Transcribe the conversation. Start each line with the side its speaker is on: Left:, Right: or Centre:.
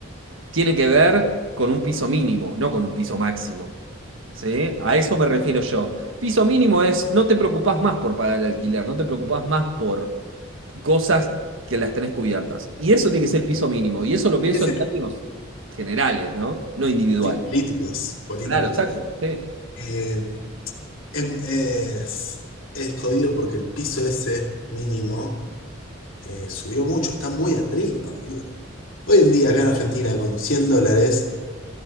Right: tiene que ver con un piso mínimo, no con un piso máximo. ¿Sí? A eso me refiero yo. Piso mínimo es no te preocupás más por pagar el alquiler, no te preocupás más por cosas que las tenés cubiertas. Y eso tiene que ser el piso mínimo. Y eso lo pienso
Left: Ese,
Right: en términos generales, ¿no? No individuales.
Left: sí, políticos, políticos.
Right: Claro, exacto. Sí,
Left: Eh, em- es, es jodido porque el piso ese mínimo eh, subió mucho, está muy arriba, boludo. Hoy en día acá en Argentina con 100 dólares,